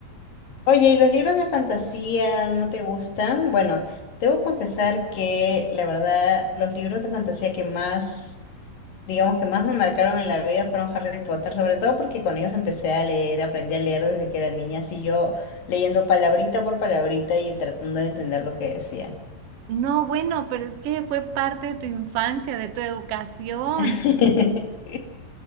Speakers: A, on the left; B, on the right.
A: Oye, ¿y los libros de fantasía no te gustan? Bueno, debo confesar que la verdad, los libros de fantasía que más digamos, que más me marcaron en la vida fueron Harry Potter, sobre todo porque con ellos empecé a leer, aprendí a leer desde que era niña, así yo leyendo palabrita por palabrita y tratando de entender lo que decían.
B: No, bueno, pero es que fue parte de tu infancia, de tu educación.
A: <laughs>